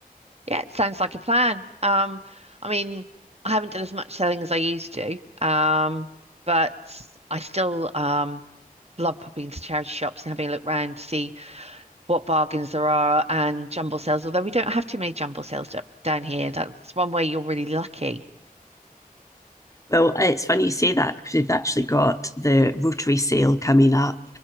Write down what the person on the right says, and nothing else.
Yeah, it sounds like a plan. Um, I mean, I haven't done as much selling as I used to, um, but I still um, love popping into charity shops and having a look round to see what bargains there are and jumble sales, although we don't have too many jumble sales d- down here. That's one way you're really lucky.